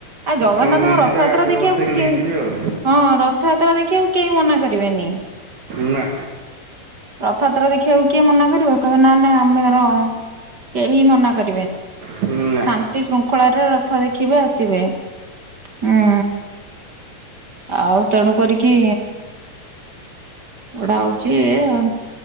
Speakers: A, on the right; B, on the right.
A: ଆଉ ଜଗନ୍ନାଥଙ୍କ
B: ହଁ ନେଇଯିବି
A: ରଥଯାତ୍ରା
B: ତାକୁ ଆଗରେ
A: ଦେଖିବାକୁ
B: ବସେଇକି
A: କେହି
B: ନେଇଯିବି ଆଉ।
A: ହଁ ରଥଯାତ୍ରା ଦେଖିବାକୁ କେହି ମନା କରିବେନି।
B: ନା।
A: ରଥଯାତ୍ରା ଦେଖିବାକୁ କିଏ ମନା କରିବ, କହିବେ ନା ନାଇ ଆମେର କେହି ମନା କର
B: ହୁଁ ନା।
A: ଶାନ୍ତି ଶୃଙ୍ଖଳାରେ ରଥ ଦେଖିବେ ଆସିବେ, ହୁଁ। ଆଉ ତେଣୁ କରିକି ଘୋଡା ହଉଚି ଇଏ ଆଉ।